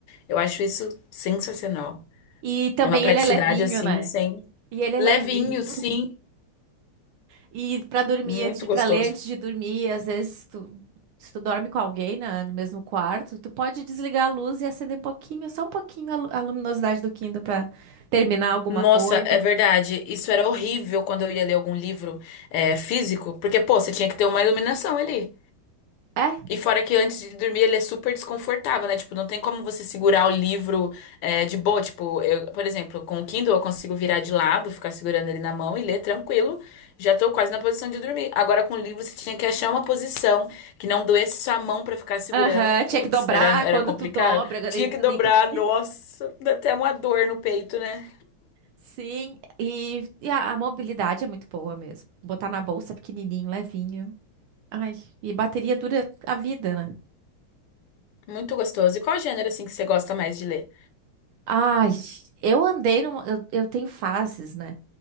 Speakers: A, on the left; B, on the right.
A: Eu acho isso sensacional.
B: E também
A: É uma praticidade
B: ele é levinho,
A: assim,
B: né?
A: sem.
B: E ele é
A: Levinho,
B: levinho.
A: sim,
B: E pra dormir
A: muito
B: antes, de-
A: gostoso.
B: ler antes de dormir, às vezes tu, se tu dorme com alguém na, no mesmo quarto, tu pode desligar a luz e acender um pouquinho, só um pouquinho a, lu- a luminosidade do Kindle pra terminar alguma
A: Nossa,
B: coisa.
A: é verdade. Isso era horrível quando eu ia ler algum livro é, físico, porque, pô, você tinha que ter uma iluminação ali.
B: É?
A: E fora que antes de dormir ele é super desconfortável, né? Tipo, não tem como você segurar o livro é, de boa. Tipo, eu, por exemplo, com o Kindle eu consigo virar de lado, ficar segurando ele na mão e ler tranquilo. Já tô quase na posição de dormir. Agora com o livro você tinha que achar uma posição que não doesse sua mão pra ficar segurando.
B: Aham, tinha
A: Putz,
B: que dobrar
A: era, era
B: quando
A: complicado.
B: tu dobra, daí
A: Tinha
B: tu
A: que dobrar,
B: nem que...
A: nossa, dá até uma dor no peito, né?
B: Sim, e, e a, a mobilidade é muito boa mesmo. Botar na bolsa pequenininho, levinho. Ai, e bateria dura a vida, né?
A: Muito gostoso. E qual gênero assim que você gosta mais de ler?
B: Ai, eu andei numa. Eu, eu tenho fases, né?